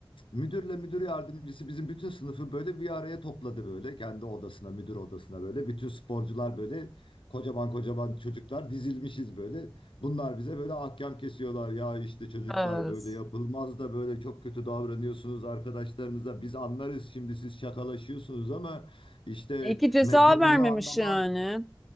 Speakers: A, on the left; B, in the centre.
A: Müdürle müdür yardımcısı bizim bütün sınıfı böyle bir araya topladı böyle. Kendi odasına, müdür odasına böyle. Bütün sporcular böyle kocaman kocaman çocuklar dizilmişiz böyle. Bunlar bize böyle ahkam kesiyorlar. Ya işte çocuklar
B: Evet.
A: böyle yapılmaz da böyle çok kötü davranıyorsunuz arkadaşlarınıza. Biz anlarız şimdi siz şakalaşıyorsunuz ama işte
B: İyi ki ceza
A: medya
B: vermemiş
A: bunu anlamaz.
B: yani.